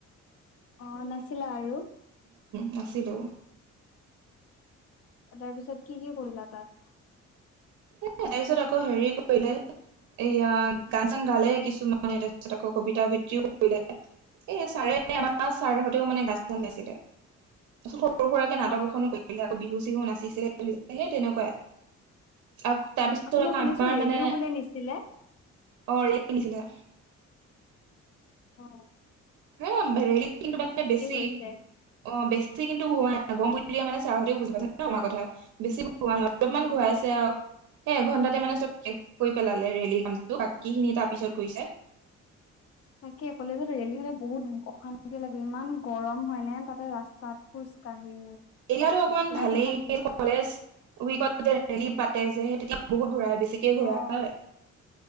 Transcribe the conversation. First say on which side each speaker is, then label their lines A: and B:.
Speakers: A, on the left; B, on the right.
A: অ নাছিলা আৰু
B: নাছিলো।
A: তাৰপিছত কি কি কৰিলা তাত।
B: এ তাৰ পিছত আকৌ হেৰি কৰিলে। এইয়া গান চান গালে কিছুমানে তাৰপিছত আকৌ কবিতা আবিত্তিও কৰিলে। এইয়া চাৰে আমাৰ ছাৰহঁতেও মানে গা চান গাইছিলে আৰু সৰু সুৰাকে নাটক
A: অ
B: এখনো কৰিলে আকৌ বিহু নাচিছিলে সেই তেনেকুৱাই। আ তাৰপিছত
A: উম মই
B: আকৌ
A: শুনিছো
B: আমাৰ
A: ৰেলীও
B: মানে
A: বোলে নিছিলে।
B: অ এই কিনিছিলে।
A: অ।
B: হে ৰেলী কিন্তু মানে বেছি
A: হৈছে
B: অ বেছি কিন্তু হোৱা নাই। ন গম বুল দিয়ে মানে ছাহঁতেও বুজি পাইছে ন আমাৰ কথা বেছ নাই অলপমান
A: উম।
B: ঘূৰাই আছে আৰু হে এঘন্টাতে মানে চব শষ পেলালে ৰেল কাম বাকীখিনি তাৰ পিছত কৈছে।
A: তাকে কলেজত ৰেলি হলে বহুত অশান্তি লাগে ইমান গৰম। হয়নে তাতে ৰাস্তাত খোজ কাঢ়ি
B: এইো অকমান
A: বিৰাট
B: ভালেই
A: অশান্তি
B: কলেজ উইকতনেৰেলি পাতে যে স তেতিয়া বহুত ঘূৰাই বেছিকে ঘূৰা
A: অ
B: হয়।